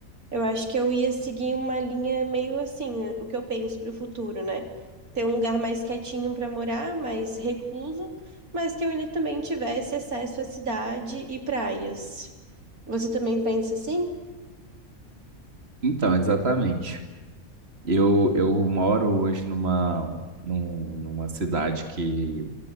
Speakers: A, on the right; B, on the right.
A: Eu acho que eu ia seguir uma linha meio assim, eh, o que eu penso para o futuro, né? Ter um lugar mais quietinho para morar, mais recluso, mas que eu ainda também tivesse acesso à cidade e praias. Você também pensa assim?
B: então, exatamente. Eu, eu moro hoje numa, num- numa cidade que,